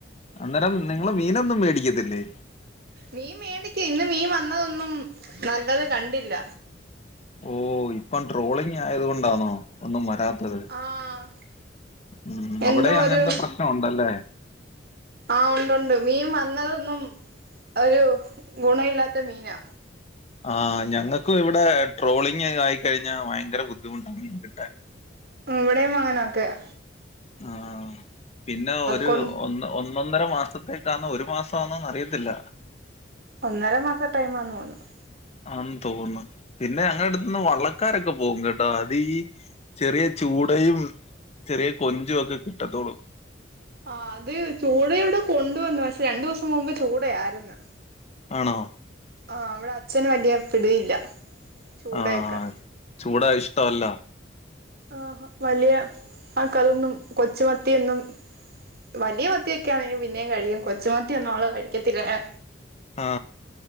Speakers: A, on the left; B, on the right.
A: അന്നേരം നിങ്ങള് മീനൊന്നും മേടിക്കത്തില്ലേ
B: മീൻ മേടിക്കും ഇന്ന് മീൻ വന്നതൊന്നും നല്ലത് കണ്ടില്ല
A: ഓഹ് ഇപ്പം ട്രോളിങ്ങായത് കൊണ്ടാണോ ഒന്നും വരാത്തത്
B: ആഹ്
A: ഉം
B: എന്തോ
A: അവിടേം അങ്ങനത്തെ
B: ഒരു
A: പ്രശ്നം ഒണ്ടല്ലേ
B: ആഹ് ഉണ്ടൊണ്ട് മീൻ വന്നതൊന്നും ഒരു ഗുണം ഇല്ലാത്ത മീനാ
A: ആഹ് ഞങ്ങക്കും ഇവിടെ ട്രോളിങ്ങായ് ആയിക്കഴിഞ്ഞാ ഭയങ്കര ബുദ്ധിമുട്ടാ മീൻ കിട്ടാൻ
B: ഉം ഇവിടേം അങ്ങനൊക്കെയാ
A: ആഹ് പിന്നെ ഒരു
B: കൊ
A: ഒന്ന് ഒന്ന് ഒന്നൊന്നര മാസത്തേക്കാന്നോ ഒരു മാസാന്നോന്നറിയത്തില്ല
B: ഒന്നര മാസ ടൈംമാന്ന് തോന്നുന്നു
A: ആംന്ന് തോന്നുന്നു പിന്നെ ഞങ്ങടടുത്ത്ന്ന് വള്ളക്കാരൊക്കെ പോകും കേട്ടോ അത് ഈ ചെറിയ ചൂടയും ചെറിയ കൊഞ്ചുംക്കെ കിട്ടത്തൊള്ളു
B: ആഹ് അത് ചൂടയിവിടെ കൊണ്ടുവന്നു പക്ഷെ രണ്ടു ദിവസം മുമ്പ് ചൂടയാരുന്ന്
A: ആണോ
B: ആഹ് ഇവിടച്ഛന് വലിയ പിടിയില്ല ചൂടയൊക്കെ
A: ആഹ് ചൂട ഇഷ്ടവല്ല
B: ആഹാ വലിയ ആൾക്കാരൊന്നും കൊച്ചുമത്തിയൊന്നും വലിയ മത്തിയൊക്കെയാണെങ്കി പിന്നേം കഴിക്കും കൊച്ചുമത്തിയൊന്നും അവള് കഴിക്കത്തില്ലങ്ങനെ
A: ആ